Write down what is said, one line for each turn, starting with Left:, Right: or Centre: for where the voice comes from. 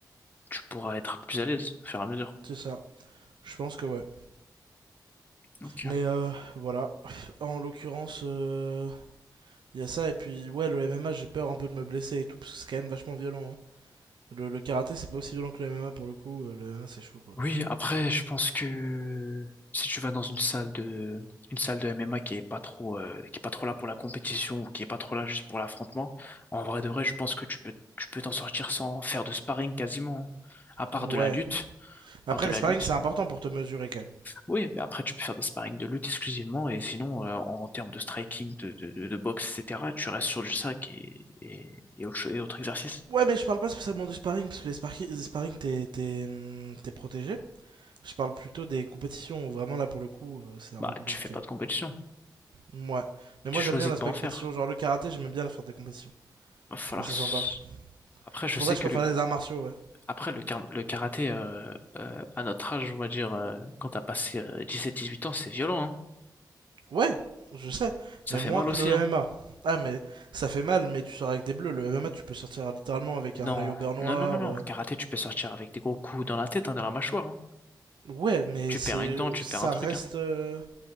Left: tu pourras être plus à l'aise, au fur et à mesure.
Right: c'est ça. Je pense que ouais.
Left: Ok.
Right: Mais euh, voilà. <laughs> En l'occurrence, euh, il y a ça. Et puis, ouais, le MMA, j'ai peur un peu de me blesser et tout, parce que c'est quand même vachement violent. hein. Le, le karaté, c'est pas aussi violent que le MMA pour le coup. euh, Le MMA, c'est chaud, quoi.
Left: Oui, après, je pense que si tu vas dans une salle de, une salle de MMA qui est pas trop, euh, qui est pas trop là pour la compétition ou qui est pas trop là juste pour l'affrontement, en vrai de vrai, je pense que tu peux, tu peux t'en sortir sans faire de sparring quasiment, hein. à part
Right: Ouais.
Left: de la lutte,
Right: Mais
Left: à part
Right: après,
Left: de
Right: les
Left: la
Right: sparring,
Left: lutte.
Right: c'est important pour te mesurer quand même.
Left: Oui, mais après, tu peux faire des sparring de lutte exclusivement et sinon, euh, en termes de striking, de, de, de, de boxe, etc., tu restes sur du sac et, et, et autre, cho- et autre exercice.
Right: Ouais, mais je parle pas spécialement du sparring, parce que les, spar- les sparring, t'es t'es, hum, t'es protégé. Je parle plutôt des compétitions où vraiment là pour le coup euh, c'est un
Left: Bah,
Right: peu plus compliqué.
Left: tu fais pas de compétition.
Right: Ouais. Mais moi
Left: Tu choisis
Right: j'aime bien l'aspect
Left: de pas en
Right: compétition,
Left: faire.
Right: genre le karaté j'aimais bien faire des compétitions.
Left: Va falloir
Right: Je trouvais ça
Left: s-
Right: sympa.
Left: Après, je
Right: Pour
Left: sais
Right: ça que
Left: que
Right: je préfère
Left: le
Right: les arts martiaux, ouais.
Left: Après, le, kar- le karaté, euh, euh, à notre âge, on va dire, euh, quand t'as passé dix sept dix huit ans, c'est violent, hein.
Right: Ouais, je sais,
Left: Ça
Right: mais
Left: fait
Right: moins
Left: mal
Right: que
Left: aussi,
Right: le
Left: hein.
Right: MMA. Ah mais ça fait mal, mais tu sors avec des bleus. Le MMA tu peux sortir littéralement avec un
Left: Non,
Right: œil au beurre noir.
Left: non, non, non, non.
Right: euh.
Left: Karaté, tu peux sortir avec des gros coups dans la tête, hein, dans la mâchoire, hein.
Right: Ouais, mais
Left: Tu
Right: c'est
Left: perds une dent, tu
Right: ça
Left: perds un truc,
Right: reste
Left: hein.
Right: euh,